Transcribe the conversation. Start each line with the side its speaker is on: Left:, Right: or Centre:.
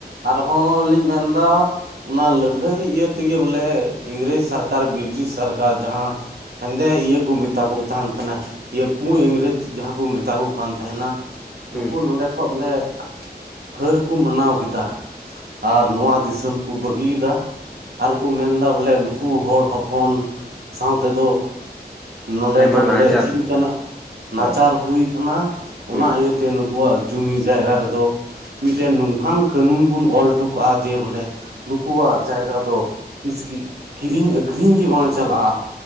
Right: ᱟᱨ ᱦᱚᱸ ᱞᱤᱧ ᱢᱮᱱᱫᱟ ᱚᱱᱟ ᱞᱟᱹᱲᱦᱟᱹᱭ ᱤᱭᱟᱹ ᱛᱮᱜᱮ ᱵᱚᱞᱮ ᱤᱝᱨᱮᱡᱽ ᱥᱚᱨᱠᱟᱨ ᱵᱨᱤᱴᱤᱥ ᱥᱚᱨᱠᱟᱨ ᱡᱟᱦᱟᱸ ᱦᱮᱸᱫᱮ ᱤᱭᱟᱹ ᱠᱚ ᱢᱮᱛᱟ ᱠᱚ ᱛᱟᱦᱮᱱ ᱛᱷᱮᱱᱟ ᱤᱭᱟᱹ ᱯᱩᱲ ᱤᱝᱨᱮᱡᱽ ᱡᱟᱦᱟᱸ ᱠᱚ ᱢᱮᱛᱟ ᱠᱚ ᱠᱟᱱ ᱛᱟᱦᱮᱱᱟ᱾ ᱩᱝᱠᱩ
Centre: ᱦᱩᱸ
Right: ᱱᱚᱸᱰᱮ ᱠᱷᱚ ᱵᱚᱞᱮ ᱦᱟᱹᱨ ᱠᱚ ᱢᱟᱱᱟᱣ ᱜᱤᱫᱟ ᱟᱨ ᱱᱚᱣᱟ ᱫᱤᱥᱚᱢ ᱠᱚ ᱵᱟᱹᱜᱤᱭᱟᱫᱟ᱾ ᱟᱨ ᱠᱚ ᱢᱮᱱ ᱫᱟ ᱵᱚᱞᱮ ᱱᱩᱠᱩ ᱦᱚᱲ ᱦᱚᱯᱚᱱ ᱥᱟᱶ ᱛᱮᱫᱚ ᱱᱚᱰᱮ
Centre: ᱟᱭᱢᱟ
Right: ᱫᱚ ᱵᱚᱞᱮ
Centre: ᱱᱟᱦᱟᱪᱟᱨ
Right: ᱪᱤᱜ
Centre: ᱦᱩᱭᱱᱟ
Right: ᱠᱟᱱᱟᱜ ᱱᱟᱪᱟᱨ
Centre: ᱦᱳᱭ
Right: ᱦᱩᱭ ᱠᱟᱱᱟ ᱚᱱᱟ
Centre: ᱦᱩᱸ
Right: ᱤᱭᱟᱹᱛᱮ ᱱᱩᱠ ᱠᱚᱣᱟᱜ ᱡᱩᱢᱤ ᱡᱟᱭᱜᱟ ᱨᱮᱫᱚ ᱢᱤᱫᱴᱮᱱ ᱱᱚᱝᱠᱟᱱ ᱠᱟᱹᱱᱩᱱ ᱵᱚᱱ ᱚᱞ ᱴᱚᱠᱟᱜᱼᱟ ᱡᱮ ᱵᱚᱞᱮ ᱱᱩᱠᱩᱣᱟᱜ ᱡᱟᱭᱜᱟ ᱫᱚ ᱛᱤᱥᱜᱮ ᱠᱤᱨᱤᱧ ᱟᱹᱠᱷᱨᱤᱧ ᱜᱮ ᱵᱟᱝ ᱪᱟᱞᱟᱜᱼᱟ᱾